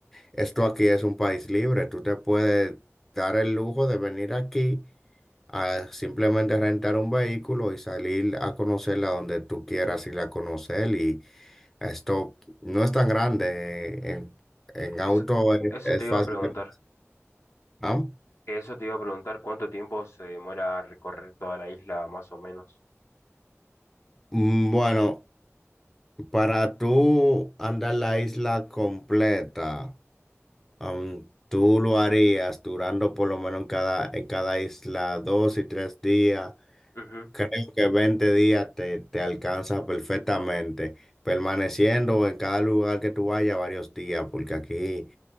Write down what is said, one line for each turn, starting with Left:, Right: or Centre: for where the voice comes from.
Centre: esto aquí es un país libre. Tú te puedes dar el lujo de venir aquí a simplemente rentar un vehículo y salir a conocerla donde tú quieras ir a conocer. Y esto no es tan grande. eh, En, en auto
Left: Eso,
Centre: es,
Left: eso
Centre: es
Left: te iba
Centre: fácil
Left: a preguntar.
Centre: de... ¿Ah?
Left: Eso te iba a preguntar cuánto tiempo se demora recorrer toda la isla, más o menos.
Centre: Mm, Bueno, para tú andar la isla completa, am, tú lo harías durando por lo menos en cada, en cada isla dos y tres días.
Left: Ujú,
Centre: Creo que 20 días te, te alcanza perfectamente, permaneciendo en cada lugar que tú vayas varios días, porque aquí